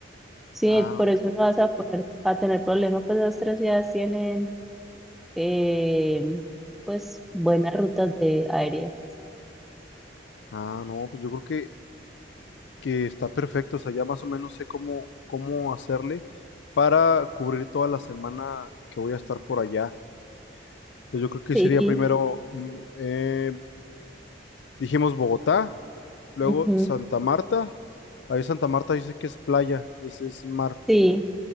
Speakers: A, in the centre; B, on the left.
A: Sí,
B: Ah,
A: por
B: ok.
A: eso no vas a poner, a tener problemas, pues las tres ciudades tienen eh, pues buenas rutas de aéreas.
B: Ah, no, pues yo creo que, que está perfecto. O sea, ya más o menos sé cómo, cómo hacerle para cubrir toda la semana que voy a estar por allá. Pues yo creo que
A: Sí,
B: sería primero mm, eh, Dijimos Bogotá, luego
A: ujú,
B: Santa Marta. Ahí Santa Marta dice que es playa, es, es mar.
A: Sí,